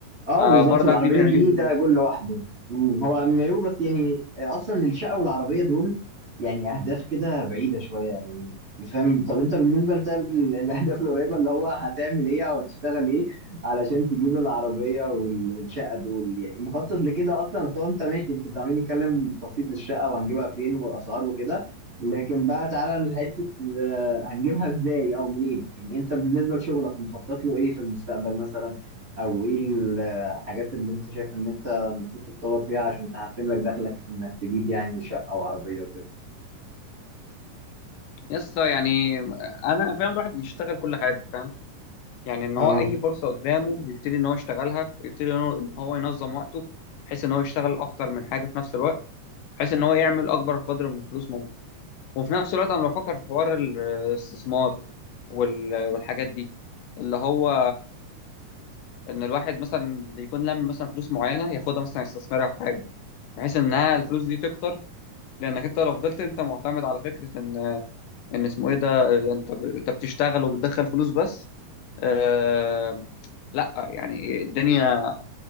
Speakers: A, on the right; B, on the left.
A: اه
B: آه،
A: بالظبط
B: برضك
A: العربية
B: دي من
A: دي
B: عيوب
A: ده جول لوحده مم، هو امبايو بس يعني اصلا الشقة والعربية دول يعني اهداف كده بعيدة شوية يعني فاهم طب انت بالنسبة لسبب ال- <laughs> الاهداف القريبة اللي هو هتعمل ايه او هتشتغل ايه علشان تجيب العربية وال- والشقة دول يعني مخطط لكده اصلا اصل هو انت ماشي انت عمالين نتكلم في تخطيط للشقة وهنجيبها فين والاسعار وكده لكن بقى تعالى لحتة آه، هنجيبها ازاي او منين يعني انت بالنسبة لشغلك مخطط له ايه في المستقبل مثلا او ايه الحاجات اللي انت شايف ان انت المفروض تتطور فيها عشان تحسن لك دخلك انك تجيب يعني شقة وعربية وكده
B: يا اسطى يعني انا فاهم الواحد بيشتغل كل حاجه فاهم يعني ان
A: اه
B: هو اي فرصه قدامه يبتدي ان هو يشتغلها يبتدي ان هو إن هو ينظم وقته بحيث ان هو يشتغل اكتر من حاجه في نفس الوقت بحيث ان هو يعمل اكبر قدر من الفلوس ممكن وفي نفس الوقت انا بفكر في حوار ال- الاستثمار وال- والحاجات دي اللي هو ان الواحد مثلا يكون لم مثلا فلوس معينه ياخدها مثلا يستثمرها في حاجه بحيث انها الفلوس دي تكتر لانك انت لو فضلت انت معتمد على فكره ان ان اسمه ايه ده انت ب- انت بتشتغل وبتدخل فلوس بس آه لا يعني الدنيا